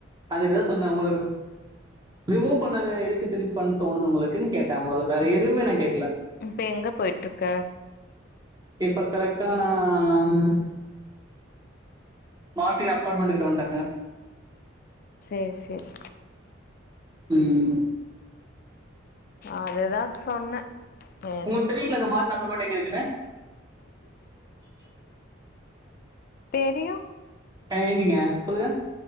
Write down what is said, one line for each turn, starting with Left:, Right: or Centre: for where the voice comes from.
Right: அதுக்கு தா சொன்னே உங்களுக்கு ரிமூவ் பண்ணத எதுக்கு திருப்பி பண்ண தோணுதோ உங்களுக்குன்னு கேட்டே அவ்ளோதா வேற எதுவுமே நா கேக்கல
Left: இப்ப எங்கே போய்ட்ருக்க
Right: இப்ப கரெக்டா நான் மார்டின் அப்பார்ட்மெண்ட் கிட்ட வன்ட்டங்க
Left: சேரி சேரி
Right: ம்
Left: அதுதா சொன்னே ஏ
Right: உங்களுக் தெரியூங்ள இந்த மார்ட் நம்பர் ரோட் எங்க இருக்குன்னு
Left: தெரியூ
Right: ஆ எங்கீங்க சொல்லுங்க